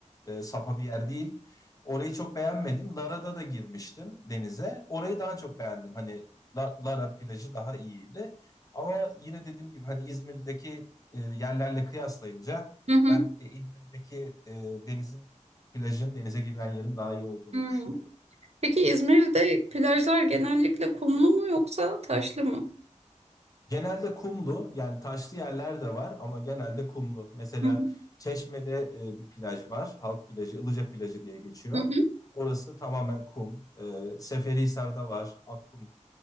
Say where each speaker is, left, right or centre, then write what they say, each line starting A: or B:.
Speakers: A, on the left; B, on the right.
A: e, sapa bir yer değil. Orayı çok beğenmedim. Lara'da da girmiştim denize. Orayı daha çok beğendim. Hani La- Lara plajı daha iyiydi. Ama yine dediğim gibi hani İzmir'deki e, yerlerle kıyaslayınca
B: Hı hı.
A: ben e, İzmir'deki e, denizin plajın denize girilen yerin daha iyi olduğunu
B: Hı.
A: düşünüyorum.
B: Peki İzmir'de plajlar genellikle kumlu mu yoksa taşlı mı?
A: Genelde kumlu yani taşlı yerler de var ama genelde kumlu. Mesela
B: Hı hı.
A: Çeşme'de e, bir plaj var. Halk plajı, Ilıca plajı diye geçiyor.
B: Hı hı.
A: Orası tamamen kum. E, Seferihisar'da var Akkum